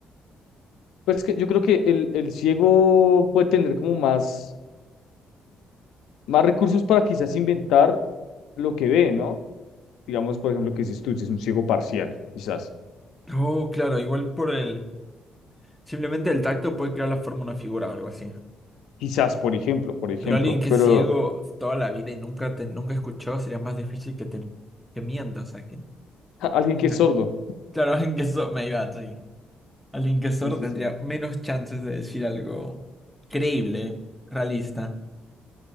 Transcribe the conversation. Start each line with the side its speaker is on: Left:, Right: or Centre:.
Left: Pues que yo creo que el, el ciego puede tener como más, más recursos para quizás inventar lo que ve, ¿no? Digamos, por ejemplo, que dices tú, si es un ciego parcial, quizás.
Centre: Oh, claro, igual por el. Simplemente el tacto puede crear la forma de una figura o algo así.
Left: Quizás, por ejemplo, por ejemplo.
Centre: Pero alguien que
Left: Pero
Centre: es ciego toda la vida y nunca te, nunca escuchó, sería más difícil que te que mienta, o sea, que
Left: ja, alguien
Centre: tenga.
Left: que es sordo.
Centre: Claro, <laughs> alguien que es sordo. Me iba, sí. Alguien que es
Left: Sí,
Centre: sordo
Left: sí,
Centre: tendría
Left: sí.
Centre: menos chances de decir algo creíble, realista.